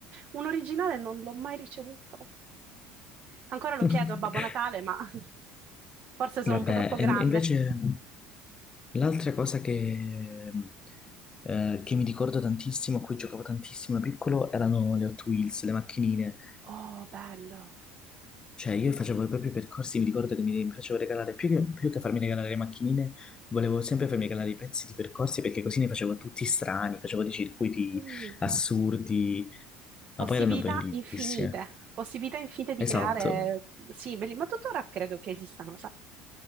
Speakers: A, on the right; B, on the left.
A: Un originale non l'ho mai ricevuto. Ancora lo
B: <laughs>
A: chiedo a Babbo Natale, ma... <laughs> Forse sono
B: Vabbè,
A: un po' troppo grande.
B: e invece l'altra cosa che, eh, che mi ricordo tantissimo, a cui giocavo tantissimo da piccolo, erano le Hot Wheels, le macchinine.
A: Oh, bello.
B: Cioè, io facevo proprio i percorsi, mi ricordo che mi piacevo regalare, più che, più che farmi regalare le macchinine, volevo sempre farmi regalare i pezzi di percorsi perché così ne facevo tutti strani, facevo dei circuiti
A: Sì.
B: assurdi, ma
A: Possibilità
B: poi erano bellissime.
A: infinite. Possibilità infinite di creare...
B: Esatto.
A: Sì, belli- ma tuttora credo che esistano, sai?